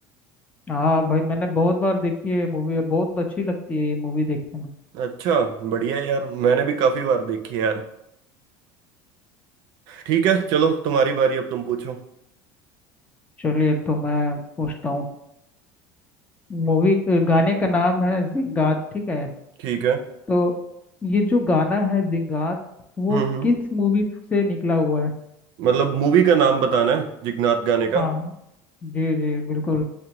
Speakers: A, on the left; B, on the right.
A: हाँ भाई मैंने बहुत बार देखी है मूवी और बहुत अच्छी लगती है ये मूवी देखने में
B: अच्छा बढ़िया है यार मैंने भी काफी बार देखी है यार ठीक है चलो तुम्हारी बारी अब तुम पूछो
A: चलिए तो मैं पूछता हूँ मूवी गाने का नाम है जिंगात ठीक है
B: ठीक है
A: तो ये जो गाना है जिंगात वो
B: हम्म हम्म
A: किस मूवी से निकला हुआ है
B: मतलब मूवी का नाम बताना है जिगनाथ गाने का
A: हाँ जी जी बिल्कुल